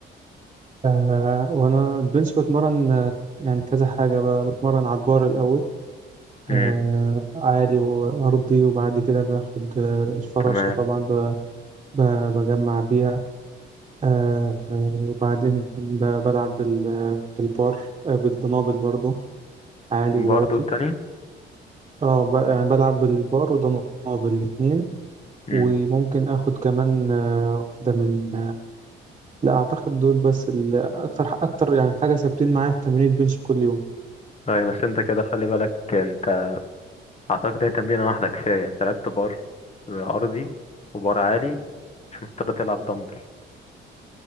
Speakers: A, on the right; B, on the left.
A: آه، وأنا البنش بتمرن آه، يعني كذا حاجة بقى بتمرن على البار الأول
B: امم
A: آه عالي وأرضي وبعد كده باخد آه، الفراشة
B: تمام
A: طبعا ب... ب... بجمع بيها آه آه، وبعدين ب... بلعب بال... آه، بالبار آه، بالدنابل برضو عالي
B: برضه
A: وواطي
B: التانية
A: اه ب... يعني بلعب بالبار ودنابل الاتنين
B: امم
A: وممكن اخد كمان آه، واحده من آه، لا اعتقد دول بس ال- اكتر اكتر يعني حاجه ثابتين معايا في تمرين البنش كل يوم
B: طيب بس انت كده خلي بالك انت اعتقد هي تمرينة واحدة كفاية يعني انت لعبت بار ارضي وبار عالي مش مضطر تلعب دمبل